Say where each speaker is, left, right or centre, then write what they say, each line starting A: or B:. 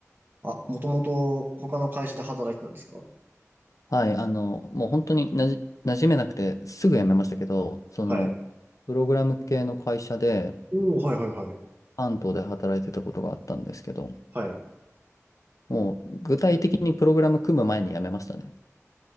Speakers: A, on the right; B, on the left.
A: あ、もともと他の会社で働いてたんですか
B: はい。あのー、もう本当になじ、馴染めなくてすぐ辞めましたけど、その、
A: はい。
B: プログラム系の会社で、
A: おお、はいはいはい。
B: 関東で働いてたことがあったんですけど、
A: はい。
B: もう具体的にプログラム組む前に辞めましたね。